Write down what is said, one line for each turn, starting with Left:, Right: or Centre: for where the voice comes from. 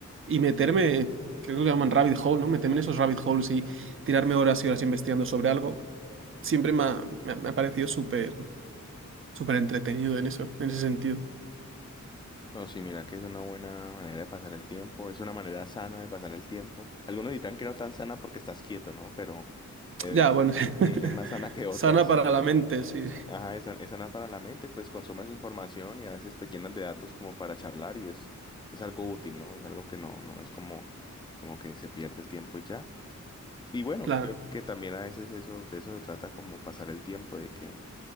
Right: y meterme, creo que lo llaman rabbit hole, ¿no? Meterme en esos rabbit holes y tirarme horas y horas investigando sobre algo, siempre me ha, me ha- me ha parecido súper, súper entretenido en eso, en ese sentido.
Left: No, sí, mira que es una buena manera de pasar el tiempo, es una manera sana de pasar el tiempo. Algunos dirán que no tan sana porque estás quieto, ¿no? Pero eh,
Right: Ya,
Left: es,
Right: bueno, <laughs>
Left: mm, es más sana que otras.
Right: sana para la mente, sí,
Left: Ajá, es, sa- es sana para la mente, pues consumes información y a veces te llenas de datos como para charlar y es, es algo útil, ¿no? Es algo que no, no es como, como que se pierde el tiempo y ya. Y bueno,
Right: claro,
Left: creo que también a veces eso, de eso se trata como pasar el tiempo, de que